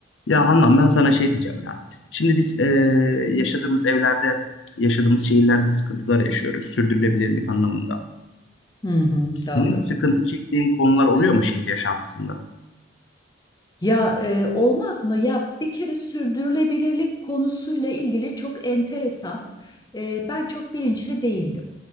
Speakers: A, on the left; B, on the left.
A: Ya Handan ben sana şey diyeceğim ya. Şimdi biz e, yaşadığımız evlerde, yaşadığımız şehirlerde sıkıntılar yaşıyoruz. Sürdürülebilirlik anlamında.
B: Hı hı,
A: Senin
B: doğru.
A: sıkıntı çektiğin konular oluyor mu şehir yaşantısında?
B: Ya e, olmaz mı? Ya bir kere sürdürülebilirlik konusuyla ilgili çok enteresan. E, ben çok bilinçli değildim.